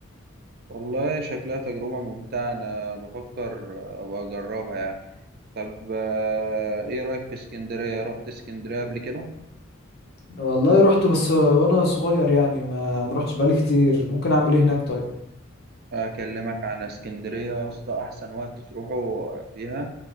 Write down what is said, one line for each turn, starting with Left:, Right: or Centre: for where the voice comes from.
Right: والله شكلها تجربة ممتعة أنا بفكر أبقى أجربها يعني طب آه، إيه رأيك في اسكندرية؟ رحت اسكندرية قبل كده؟
Left: والله رحت بس وأنا صغير يعني ما ما رحتش بقالي كتير ممكن أعمل إيه هناك طيب؟
Right: أكلمك عن اسكندرية يا اسطى أحسن وقت تروحوا فيها